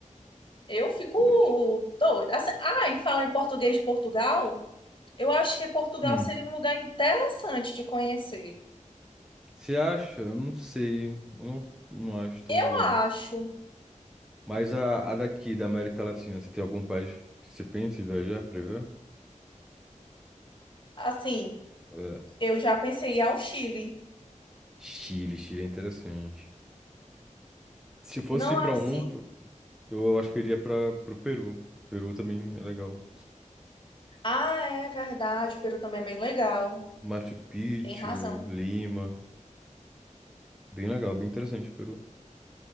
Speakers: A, on the left; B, in the centre.
A: Eu fico
B: Mas.
A: doida. Assim, Ah, em falar em português de Portugal, eu acho que Portugal
B: hum,
A: seria um lugar interessante de conhecer.
B: Você acha? Eu não sei. Eu não, não acho tão
A: Eu
B: legal.
A: acho,
B: Mas a, a daqui, da América Latina, você tem algum país que você pensa em viajar pra ver?
A: assim,
B: É,
A: Eu já pensei em ir ao Chile.
B: Chile, Chile é interessante. Se fosse
A: Não
B: ir pra
A: é assim.
B: um, eu acho que eu iria para pro Peru. Peru também é legal.
A: Ah, é verdade, o Peru também é bem legal.
B: Machu Picchu,
A: Tem razão,
B: Lima. Bem legal, bem interessante o Peru.